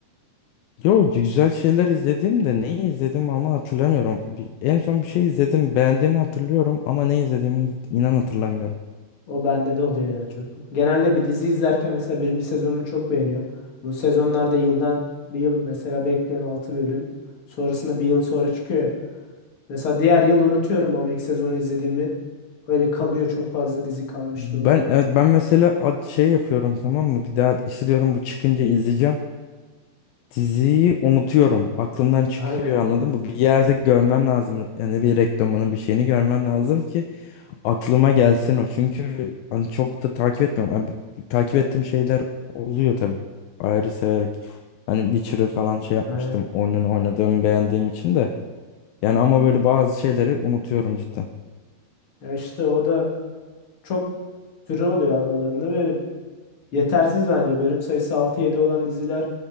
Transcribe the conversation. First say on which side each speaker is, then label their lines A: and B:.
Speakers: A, on the left; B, on the left.
A: Yo güzel şeyler izledim de neyi izledim ama hatırlamıyorum. Bir- en son bir şey izledim beğendiğimi hatırlıyorum ama ne izlediğimi inan hatırlamıyorum.
B: O bende de oluyor ya çok. Genelde bir dizi izlerken mesela birinci sezonu çok beğeniyorum. Bu sezonlarda yıldan bir yıl mesela bekliyorum 6 bölüm. Sonrasında bir yıl sonra çıkıyor. ya. Mesela diğer yıl unutuyorum onu ilk sezonu izlediğimi. Öyle kalıyor çok fazla dizi kalmıştı
A: Ben
B: oluyor.
A: evet ben mesela ad- şey yapıyorum tamam mı? Bir daha işte diyorum bu çıkınca izleyeceğim. Diziyi unutuyorum. Aklımdan çıkıyor
B: Aynen.
A: anladın mı? Bir yerde görmem lazım. Yani bir reklamını bir şeyini görmem lazım ki aklıma gelsin o. Çünkü hani çok da takip etmiyorum. Hani bu- takip ettiğim şeyler oluyor tabii. Ayrı severek. Hani Witcher'ı falan şey yapmıştım.
B: Aynen.
A: Oyununu oynadığım, beğendiğim için de. Yani ama böyle bazı şeyleri unutuyorum cidden.
B: Ya işte o da çok süre oluyor aralarında ve Yetersiz bence. Bölüm sayısı altı yedi olan diziler